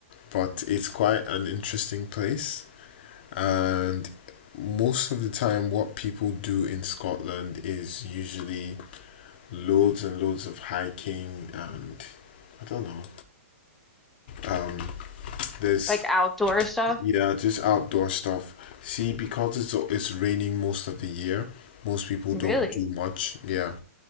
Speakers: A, on the left; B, in the centre.
A: but it's quite an interesting place. and most of the time, what people do in Scotland is usually loads and loads of hiking and I don't know. Um, there's
B: Like outdoor stuff.
A: yeah, just outdoor stuff. See, because it's it's raining most of the year, most people
B: Really.
A: don't do much. Yeah.